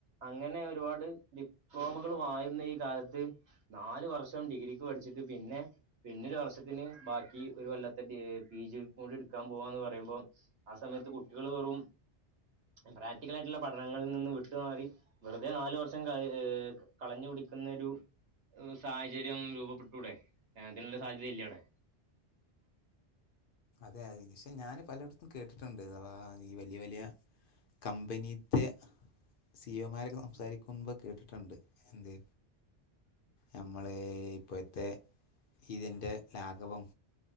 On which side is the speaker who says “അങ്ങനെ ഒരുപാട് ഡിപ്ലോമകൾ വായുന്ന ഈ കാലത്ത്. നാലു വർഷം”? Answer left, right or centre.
Right